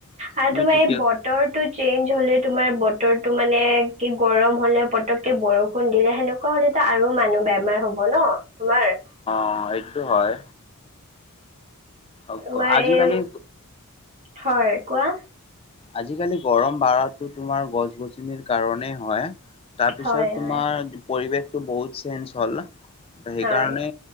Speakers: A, on the right; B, on the left.
A: আৰু
B: তুমি
A: তোমাৰ
B: ঠিকে
A: এই বতৰটো চেঞ্জ হ'লে তোমাৰ বতৰটো মানে কি গৰম হ'লে পতককে বৰষুণ দিলে সেনেকুৱা হ'লে এ আৰু মানুহ বেমাৰ হব ন তোমাৰ।
B: অ এইটো হয়। অক
A: তোমাৰ
B: আজিকালি
A: এই হয় কোৱা?
B: আজিকালি গৰম বাঢ়াতো তোমাৰ গছ গছনিৰ কাৰণেই হয়। তাৰপিছত
A: হয়
B: তোমাৰ
A: হয়
B: পৰিৱেশটো বহুত চেঞ্জ হ'ল, সেইকাৰণে
A: হয়